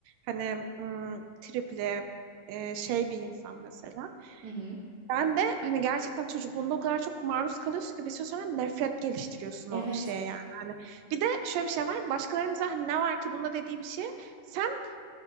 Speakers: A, on the right (about 80°); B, on the right (about 45°).
A: hani ım, tripli e, şey bir insan mesela.
B: Hı hı.
A: Ben de hani gerçekten çocukluğunda o kadar çok maruz kalıyorsun ki bir süre sonra nefret geliştiriyorsun
B: Evet.
A: o şeye yani. Hani bir de şöyle bir şey var. Başkalarımıza hani ne var ki bunda dediği bir şey sen